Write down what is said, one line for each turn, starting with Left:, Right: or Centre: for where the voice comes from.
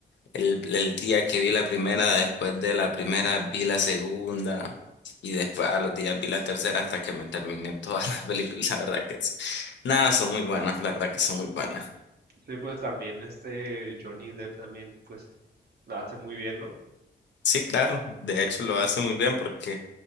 Left: El, el día que vi la primera, después de la primera vi la segunda y después a los días vi la tercera hasta que me terminé todas las películas. <laughs> La verdad que es- nada, son muy buenas, la verdad que son muy buenas.
Right: Sí, pues también este Johnny Depp también, pues, la hace muy bien, ¿no?
Left: Sí, claro, de hecho lo hace muy bien porque